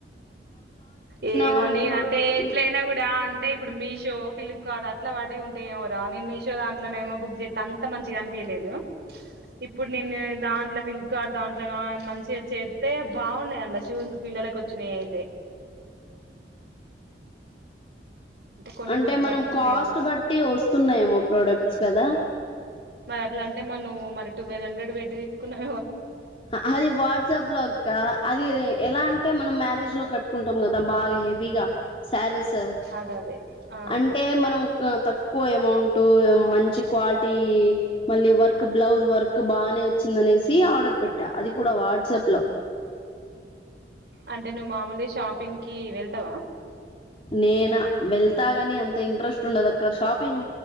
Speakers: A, on the right; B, on the left.
A: ఏమో
B: వాళ్ళకి
A: నేను
B: ప్రో
A: అంటే ఎట్లయినా
B: ఈ
A: కూడా అంటే ఇప్పుడు మీషో ఫ్లిప్కార్ట్ అట్లా వాడి ఉంటే ఏమోరా నేను మీషో దాంట్లోనేమో బుక్ చేస్తే అంత మంచిగా అనిపియదు తె లేదు ఇప్పుడు నేన్న దాంట్లో ఫిలిప్కార్ట్ దాంట్లో మంచిగా చేస్తే బాగున్నాయి షూజ పిల్లలకు వచ్చినాయి అయితే కొన్ని
B: అంటే
A: కొన్ని
B: మనం
A: బట్టి ఉంటాయి
B: కాస్ట్
A: కావచ్చు
B: బట్టి వస్తున్నాయేమో ప్రోడక్ట్స్ కదా
A: మరి అట్లా అంటే మనం మరి ట్వెల్వ్ హండ్రెడ్ బెడ్ తీసుకునే
B: అది వాట్సాప్ లోక్క అది ఎలా అంటే మనం మ్యారేజ్ లో కట్టుకుంటాం కదా బాగా హెవీగా సారీస్ సార్
A: అదే అదే ఆ
B: అంటే మనం ఒక తక్వ ఎక్కువ అమౌంట్ మంచి క్వాలిటీ మళ్ళీ వర్క్ బ్లౌజ్ వర్క్ బానే వచ్చిందని ఆర్డర్ పెట్ట అది కూడా వాట్సప్ లో
A: అంటే నువ్వు మామూలు షాపింగ్ కి వెళ్తావా
B: నేనా వెళ్తాగాని అంత ఇంట్రెస్ట్ ఉండదు అక్క షాపింగ్